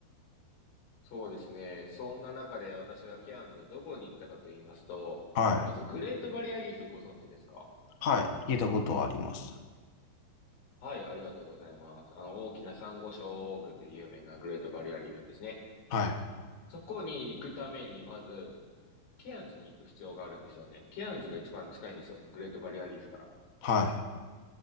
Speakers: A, on the left; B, on the left.
A: そうですね。そんな中で私がケアンズにどこに行ったかと言いますと、
B: はい。
A: まずグレートバリアリーフご存知ですか
B: はい。聞いたことはあります。
A: はい、ありがとうございます。あの、大きな珊瑚礁群で有名なグレートバリアリーフですね。
B: はい。
A: そこに行くために、まず、ケアンズに行く必要があるんですよね。ケアンズが一番近いんですよ。グレートバリアリーフから。
B: はい。